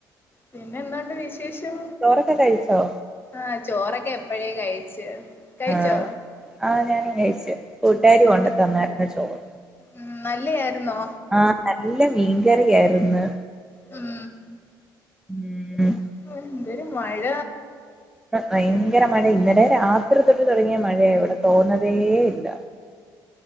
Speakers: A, on the left (about 20°); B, in the centre.
A: പിന്നെ എന്തണ്ട് വിശേഷം
B: ചോറൊക്കെ കഴിച്ചോ
A: ആഹ് ചോറൊക്കെ എപ്പഴേ കഴിച്ച് കഴിച്ചോ
B: ആഹ് ആഹ് ഞാനി കഴിച്ചു കൂട്ടുകാരി
A: എന്ത്
B: കൊണ്ട് തന്നായിരുന്ന് ചോറ്
A: ഉം നല്ല ആയിർന്നോ
B: ആഹ് നല്ല മീൻകറിയായിര്ന്ന്
A: ഉം
B: ഉം
A: ഉം എന്തൊരു മഴ
B: ഭയങ്കര മഴ ഇന്നലെ രാത്രി തൊട്ട് തുടങ്ങിയ മഴയ ഇവിടെ തോന്നതേ ഇല്ല